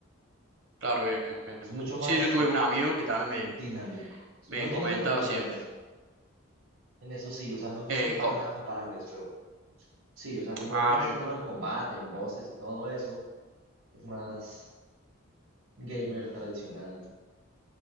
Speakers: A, on the right; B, on the right.
A: Claro, bien, bien,
B: Es
A: bien.
B: mucho más
A: Sí, yo tuve un amigo que también
B: dinámico. Es
A: me,
B: más
A: me
B: dinámico
A: comentaba
B: que el
A: siempre.
B: Minecraft. En eso sí, o sea, no, no
A: Eh,
B: son para
A: co-
B: nada comparables, pero sí, o sea, como
A: ah,
B: es más
A: bien.
B: centrado en combate, en voces y todo eso, es más gamer tradicional.